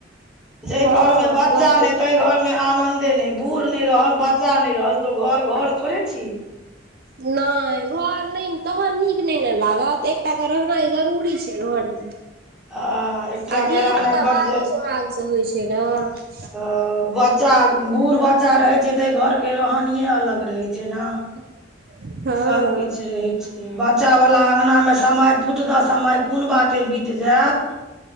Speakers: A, in the centre; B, on the right.
A: जै
B: हँ
A: घरमे बच्चा
B: बड्ड
A: नहि ता घर मे आनंदे नहि, बूढ़ नहि रहल बच्चा नहि रहल, त घर-घर थोड़े छी।
B: नहि घर नहि तहन नीक नहि ने लागत, एक टा क रहनाइ जरूरी छै घरमे।
A: आ एकटा
B: आ धियो
A: के रहनाइ
B: पुता
A: बड्ड
B: भागे सोहाग स होइ छै न।
A: हँ बच्चा बूढ़ बच्चा रहय छै, तय घर के रोहानिये अलग रहय छै नऽ।
B: <unintelligible> हँ
A: सबकिछ रहय छै। बच्चाावला अङगनामे समय पुट दऽ समय कोन बाटे बीत जैत